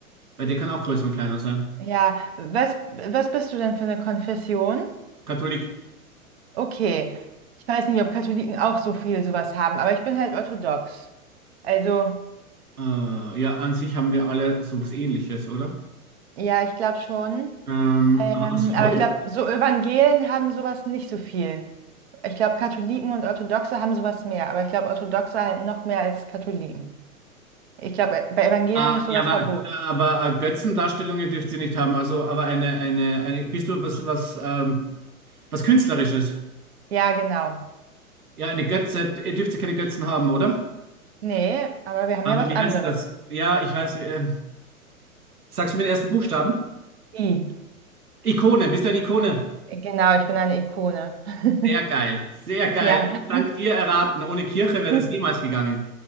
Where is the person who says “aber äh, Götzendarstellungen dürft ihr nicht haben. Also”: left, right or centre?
Right